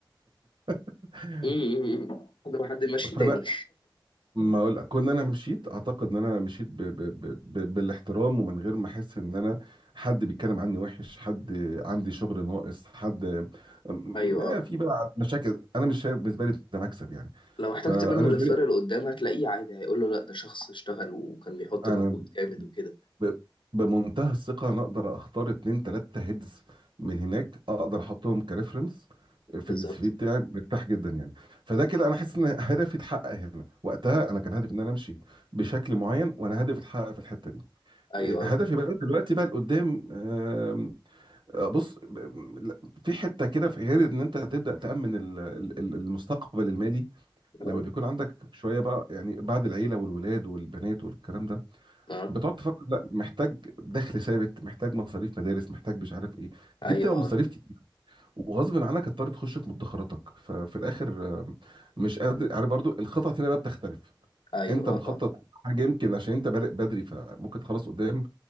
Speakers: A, on the right; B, on the left.
A: <laughs>
B: امم لو حد ماشي
A: فانا
B: تاني
A: ما اقول كون انا مشيت اعتقد ان انا مشيت ب... ب... ب... ب... بالاحترام ومن غير ما احس ان انا حد بيتكلم عني وحش حد عندي شغل ناقص حد م-
B: ايوه
A: ما
B: اه
A: في بقى مشاكل انا مش شايف بالنسبه لي ده مكسب يعني
B: لو احتجت
A: فانا
B: منه
A: بالنسبه
B: ريفيرال
A: لي
B: قدام هتلاقيه عادي هيقول له لا ده شخص اشتغل وكان بيحط
A: انا
B: مجهود جامد وكده
A: ب... بمنتهى الثقه انا اقدر اختار اتنين تلاته هيدز من هناك اقدر احطهم كريفرنس في
B: بالظبط
A: السي في بتاعي مرتاح جدا يعني فده كده انا حاسس ان هدفي اتحقق هنا وقتها انا كان هدفي ان انا امشي بشكل معين وانا هدفي اتحقق في الحته دي
B: ايوه
A: هدفي بقى دلوقتي بقى لقدام آم، آه، بص آم، لا، في حته كده في غير ان انت هتبدا تامن ال- ال- ال- المستقبل المالي لما
B: اه
A: بيكون عندك شويه بقى يعني بعد العيله والولاد والبنات والكلام ده
B: اه
A: بتقعد تفكر لا محتاج دخل ثابت محتاج مصاريف مدارس محتاج مش عارف ايه دي
B: ايوه
A: بتبقى مصاريف
B: آه.
A: كتير وغصب عنك هتضطر تخش في مدخراتك ففي الاخر آم، مش قادر عارف برضو الخطط هنا بقى بتختلف
B: ايوه
A: انت مخطط
B: اه
A: حاجه يمكن عشان انت بادئ بدري فممكن تخلص قدام